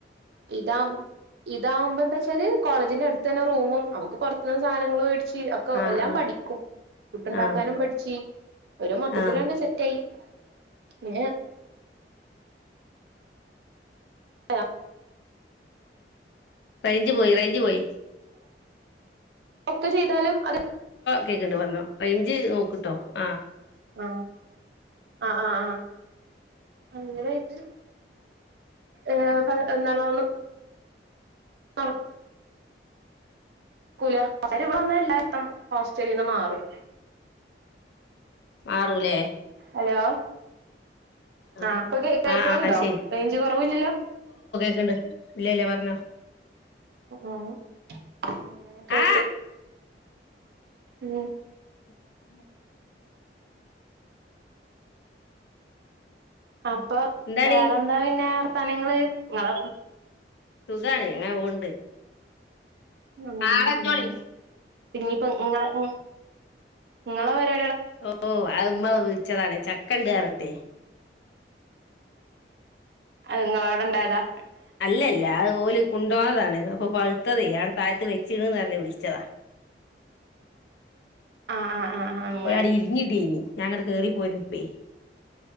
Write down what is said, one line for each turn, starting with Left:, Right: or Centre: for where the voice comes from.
Right: ഇതാവുമ്പോ ഇതാകുമ്പോ എന്താ വെച്ചാല് കോളേജിന്റെ അടുത്തന്നെ റൂമും നമുക്ക് പൊ റത്തുന്നു സാധങ്ങള് മേടി ച്ച് ഓക്കെ
Left: ആ
Right: എല്ലാം
Left: ആ
Right: പഠിക്കും ഫുഡ്ഡുണ്ടാക്കാനും
Left: ആ
Right: പഠിച്ചു ഒരു മൊത്തത്തിലങ്ങട്ട്
Left: ആ
Right: സെറ്റ് ആയി. <unintelligible> ആ
Left: റേഞ്ച് പോയി റേഞ്ച് പോയി.
Right: ഒക്കെ ചെയ് താലും അത്
Left: കേക്കിണ്ട് പറഞ്ഞോ റേഞ്ച് നോക്ക്ട്ടോ ആഹ്
Right: ആ ആ ആഹ് ആ അങ്ങനെയായിട്ട് ഏഹ് <unintelligible> തണ് കൂല <unintelligible> ര്യം പറഞ്ഞ എല്ലാവരും ഹോസ്റ്റലീന്ന് മാറും
Left: മാറൂലേ
Right: ഹലോ
Left: ആ
Right: ആഹ് പ്പൊ കേക്ക കേക്കണണ്ടോ
Left: ആ ആ അത്
Right: റേഞ്ച് കൊറവില്ലല്ലോ
Left: ണ്ട് ഇല്ല ഇല്ല പറഞ്ഞോ
Right: ആഹ് അങ്ങനെയൊക്കെ
Left: ആ
Right: ഇട്ട് ഉം
Left: <inaudible>
Right: അപ്പൊ
Left: എന്താണ്
Right: വേറെന്താ പിന്നെ സ്ഥലങ്ങള് ഇങ്ങളെ
Left: സുഖാണ് അങ്ങനെ പോണ്ട്
Right: ആഹ്
Left: ആട വെച്ചോളി
Right: ആഹ് ഇനിപ്പോ ഇങ്ങളെ ഉം ഇങ്ങളെ പരി
Left: ഓ അത് ഉമ്മ <unintelligible> ച്ചതാണ് ചക്കണ്ട് കയറിഞ്ഞിട്ടെ
Right: ഇങ്ങള അവിടെണ്ടായതാ
Left: അല്ലല്ല അതു ഓല് കൊണ്ടോന്നതാണ് അപ്പൊ പഴുത്തതേ അവിടെ താഴത്ത് വെച്ചിക്കണ്ന്ന് പറഞ്ഞ് വിളിച്ചതാ
Right: ആഹ് ആഹ് ആഹ് ആഹ് അങ്ങനെ
Left: ഒരാട് ഇരിഞ്ഞിട്ടേനി ഞങ്ങട് കേറി പോരുപ്പെ